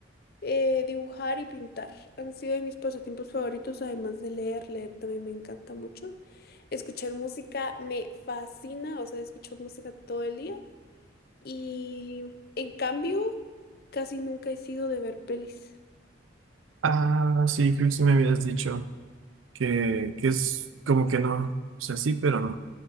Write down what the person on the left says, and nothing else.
eh, dibujar y pintar han sido de mis pasatiempos favoritos, además de leer, leer también me encanta mucho. Escuchar música me fascina, o sea, escucho música todo el día y en cambio, casi nunca he sido de ver pelis.
Eh,